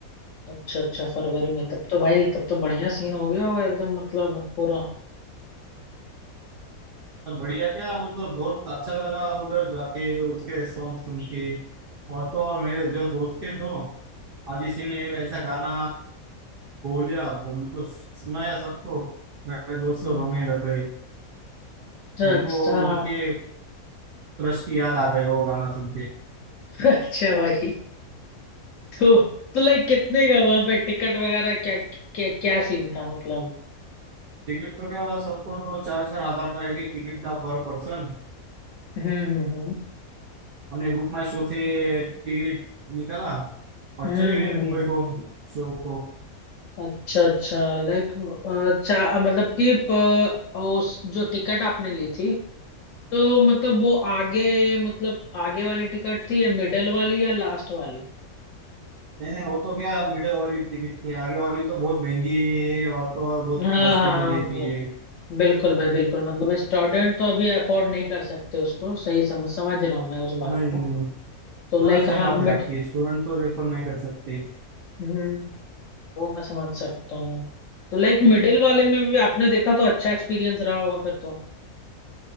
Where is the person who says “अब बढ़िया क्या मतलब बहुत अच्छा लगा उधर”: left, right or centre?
Right